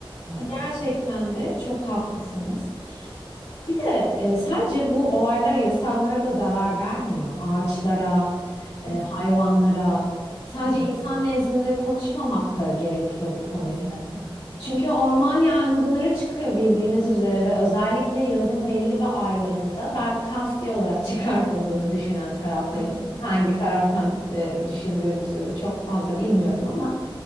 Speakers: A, on the right (about 65°); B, on the left (about 85°).
A: Evet,
B: gerçekten de çok haklısınız. Bir de e, sadece bu olaylar insanlara da zarar vermiyor. Ağaçlara, e,
A: değil mi?
B: hayvanlara. Sadece
A: Evet,
B: insan nezdinde konuşmamak da gerekiyor bu konuda.
A: tabii, tabii.
B: Çünkü orman yangınları çıkıyor bildiğiniz üzere ve özellikle yazın belli bir aylarında ben kasti olarak <laughs> çıkartıldığını düşünen taraftayım.
A: Tabii,
B: Hangi
A: tabii.
B: taraftan e, düşündüğünüzü çok fazla bilmiyorum ama